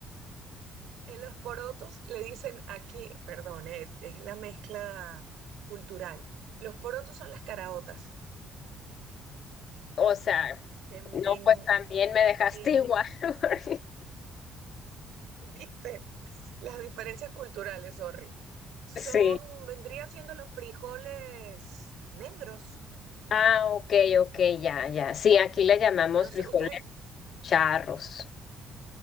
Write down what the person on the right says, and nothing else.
En los porotos le dicen aquí, perdón, eh, es la mezcla cultural. Los porotos son las caraotas,
que en,
en,
en-
<laughs> ¿viste? Las diferencias culturales, sorry. Son,
vendrían siendo los frijoles negros.
No
sé, ustedes,